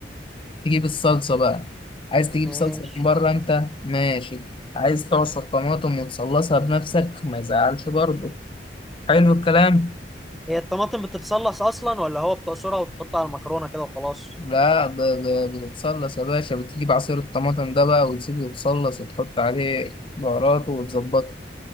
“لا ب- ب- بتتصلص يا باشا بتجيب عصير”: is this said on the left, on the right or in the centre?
Left